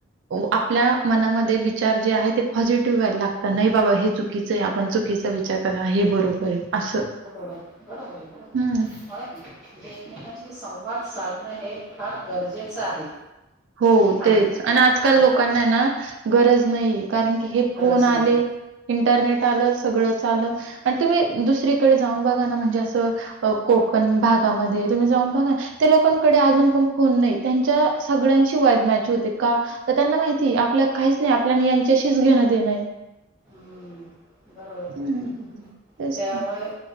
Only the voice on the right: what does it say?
आपल्या मनामध्ये विचार जे आहे. ते पॉझिटिव्ह व्हायला लागतात नाही बाबा हे चुकीच- पण चुकीचा विचार करा हे बरोबर आहे. असं.
हं.
हो
तेच आणि आजकाल
लोकांना
ना, गरज नाही कारण <inaudible> क हे
फोन आले
इंटरनेट- <inaudible> लं सगळं आलं आणि तुम्ही दुसरीकडे जाऊन बघा ना म्हणजे असं, कोकण भागामध्ये तुम्ही जाऊन बघा ते लोकांकडे अजून पण फोन नाही त्यांच्या- सगळ्यांशी वाईब मॅच होते का? तर त्यांना माहिती आपल्या काहीच नाही. आपल्या यांच्याशीच घेणं देणं आहे.
हं, तेच
ना.